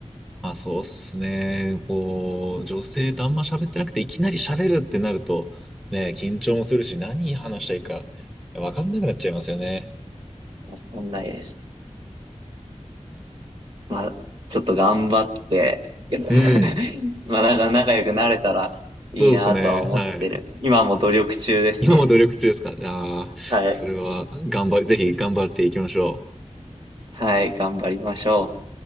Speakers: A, in the centre; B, on the right.
A: あ、そうっすね。こう、女性とあんま喋ってなくて、いきなり喋るってなると、ね、緊張もするし、何話したいか、わかんなくなっちゃいますよね。
B: わかんないです。まあ、ちょっと頑張って、<laughs>
A: うん。
B: まあなんか仲良くなれたらいいなとは思ってる。
A: そうですね。はい。
B: 今も努力中ですね。
A: 今も努力中ですかじゃあ、
B: はい。
A: それは、頑張り、ぜひ頑張っていきましょう。
B: はい、頑張りましょう。